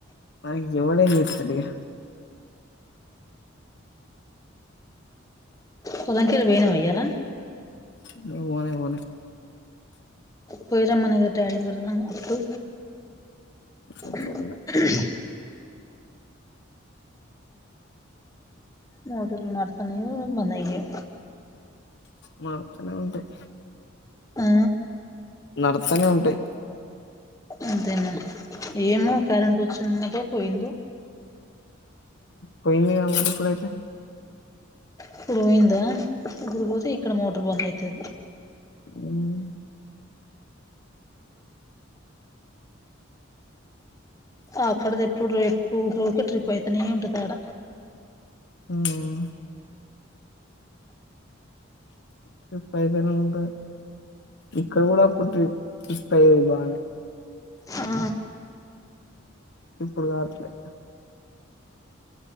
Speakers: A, on the left; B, on the left.
A: నాకు ఎవడేం చేస్తాడు ఇగ
B: పోలంకిల్ వొయినవా ఇయాల
A: నువ్ వోలె వోలె
B: పోయిరామన్నా కదా డాడీ ని చూడడాని కి అప్పుడు <inaudible>
A: ఎటు పోయినా
B: మోటర్లు నడుతున్నాయో బంద్ అయినాయో
A: మా తోనే ఉంటాయ్
B: ఆ
A: నడస్తానే ఉంటాయ్
B: అంతేనా ఏమో కరెంట్ ఓచి ఉన్నదో పోయిందో
A: పోయిందిగ మరి ఇప్పుడైతే
B: ఇప్పుడు పోయిందా ఇప్పుడు పోతే ఇక్కడ మోటర్ బంద్ అయితది.
A: ఉహ్
B: అక్కడది ఇప్పుడు రేపు ఉకూకే ట్రిప్ అయితనే ఉంటది ఆడ
A: ఉమ్మ్ ఫుడ్ పాయిసన్ అయిందా ఇక్కడ కూడ ఒక ట్రిప్ షిఫ్ట్ అయింది బానే
B: ఆ
A: ఇప్పుడు కాట్లే